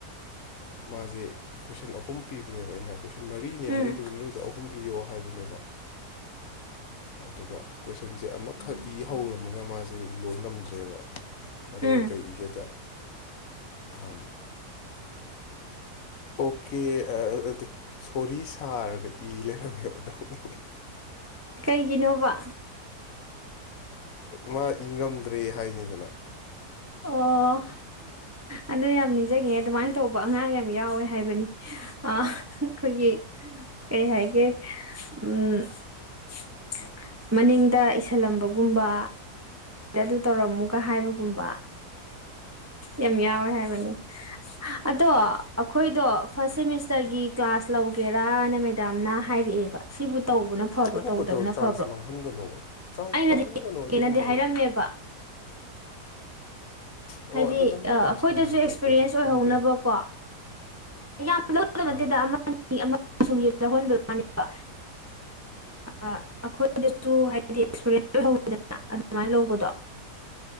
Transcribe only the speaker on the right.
ꯎꯝ
ꯎꯝ
ꯀꯩꯒꯤꯅꯣꯕ
ꯑꯣ ꯑꯗꯨ ꯌꯥꯝ ꯅꯤꯡꯁꯤꯡꯉꯦ ꯑꯗꯨꯃꯥꯏꯅ ꯇꯧꯕ ꯑꯉꯥꯡ ꯌꯥꯝ ꯌꯥꯎꯋꯦ ꯍꯥꯏꯕꯅꯤ ꯑ ꯑꯩꯈꯣꯏꯒꯤ ꯀꯩ ꯍꯥꯏꯒꯦ ꯎꯝ <inaudible> ꯃꯅꯤꯡꯗ ꯏꯁꯤꯜꯂꯝꯕꯒꯨꯝꯕ ꯑꯗꯨ ꯇꯧꯔꯝꯃꯨꯒ ꯍꯥꯏꯕꯒꯨꯝꯕ ꯌꯥꯝ ꯌꯥꯎꯋꯦ ꯍꯥꯏꯕꯅꯤ ꯑꯗꯣ ꯑꯩꯈꯣꯏꯗꯣ ꯐꯥꯔꯁ ꯁꯦꯃꯤꯁꯇꯔꯒꯤ ꯀ꯭ꯂꯥꯁ ꯂꯧꯒꯦꯔꯥꯅ ꯃꯦꯗꯥꯝꯅ ꯍꯥꯏꯔꯛꯑꯦꯕ ꯁꯤꯕꯨ ꯇꯧꯕꯅ ꯐꯕ꯭ꯔꯣ
ꯇꯧꯗꯕꯅ
ꯐꯕ꯭ꯔꯣ
ꯑꯩꯅꯗꯤ
<unintelligible> ꯅꯗꯤ ꯍꯥꯏꯔꯝꯃꯦꯕ
ꯍꯥꯏꯗꯤ
ꯑꯩꯈꯣꯏꯗꯁꯨ
ꯑꯦꯛꯁꯄꯤꯔꯤꯌꯦꯟꯁ
ꯑꯣꯏꯍꯧꯅꯕꯀꯣ ꯌꯥꯝ ꯂꯧꯗꯣꯕ
ꯅꯠꯇꯦꯗ ꯑꯃ ꯑꯅꯤ <unintelligible> ꯁꯨꯝ ꯂꯧꯍꯟꯕꯒꯤ ꯋꯥꯅꯦꯕ ꯑ ꯑꯩꯈꯣꯏꯗꯁꯨ ꯍꯥꯏꯗꯤ ꯑꯦꯛꯁꯄꯤꯔꯤꯟꯁ ꯑꯣꯏꯍꯧꯏꯗꯅ ꯑꯗꯨꯃꯥꯏꯅ ꯂꯧꯕꯗꯣ